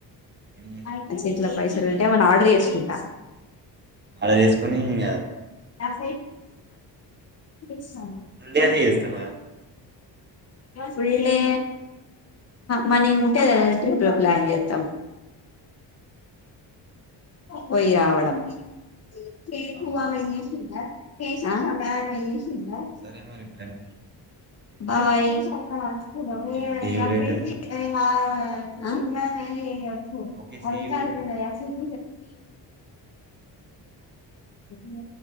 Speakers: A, on the right; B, on the left.
A: ఏం చేస్తావు
B: నా చేతిలో పైసలు అంటే ఏమన్న ఆర్డర్ చేసుకుంటా
A: అలా వేసుకుొని ఇం
B: ఎస తింట
A: ఏ చేస్తమ
B: ఫుల్ డే మనీ ఉంటే గద ట్రిప్ లు ప్లాన్ చేస్తాం పోయి రావడం <unintelligible>
A: ఆహా
B: ఆ
A: సరే మరి bye
B: bye <unintelligible>
A: okay see you later okay see you
B: ఆ <unintelligible> యూ